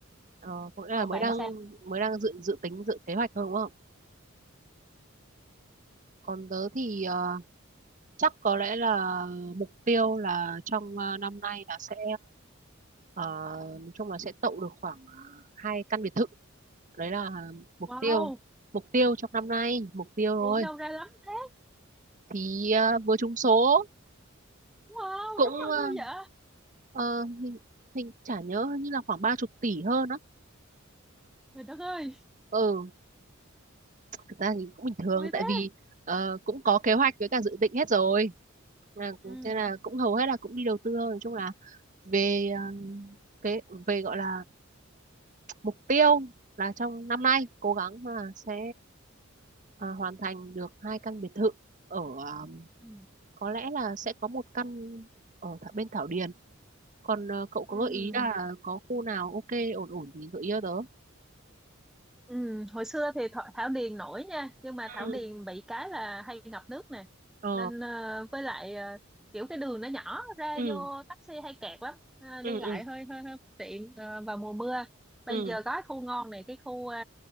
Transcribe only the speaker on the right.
Ờ, có nghĩa là
mới
đang
mới đang dự dự tính dự kế hoạch thôi đúng không? Còn tớ thì ờ, chắc có lẽ là mục tiêu là trong ờ, năm nay là sẽ ờ, nói chung là sẽ tậu được khoảng ờ, hai căn biệt thự. Đấy là mục
tiêu mục tiêu trong năm nay mục tiêu thôi.
Thì ờ, vừa trúng số
cũng
ờ,
ờ, hình, hình chả nhớ như là khoảng ba chục tỷ hơn á
ừ thực ra thì cũng bình thường
tại
vì ờ, cũng có kế hoạch với cả dự định hết rồi là
thế là cũng hầu hết là cũng đi đầu tư thôi nói chung là về ờ, cái về gọi là mục tiêu là trong năm nay cố gắng là sẽ ờ, hoàn thành được hai căn biệt thự ở ờ,
có lẽ là sẽ có một căn ở th- bên Thảo Điền còn ờ, cậu có
gợi ý là có khu nào ok ổn ổn thì gợi ý cho tớ
Ừ.
ờ
ừ
ừ
ừ
ừ